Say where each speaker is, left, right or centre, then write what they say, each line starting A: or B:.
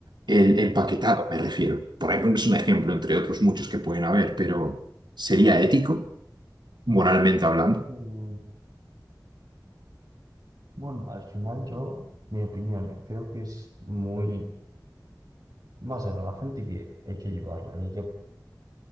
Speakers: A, on the right (about 85°); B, on the right (about 65°).
A: El empaquetado, me refiero. Por ahí es un ejemplo, entre otros muchos que pueden haber, pero ¿sería ético? Moralmente hablando.
B: Mm, Bueno, al final yo, mi opinión, eh, creo que es muy... Más a la gente que hay que ayudarla y, hay que-